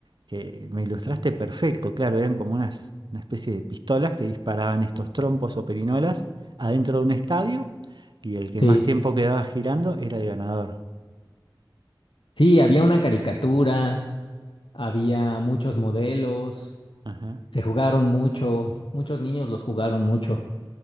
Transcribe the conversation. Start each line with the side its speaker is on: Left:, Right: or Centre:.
Right: que me ilustraste perfecto. Claro, eran como unas, una especie de pistolas que disparaban estos trompos o perinolas adentro de un estadio y el
Left: Sí,
Right: que más tiempo quedaba girando era el ganador.
Left: sí, había una caricatura, había muchos modelos,
Right: Ajá,
Left: se jugaron mucho, muchos niños los jugaron mucho.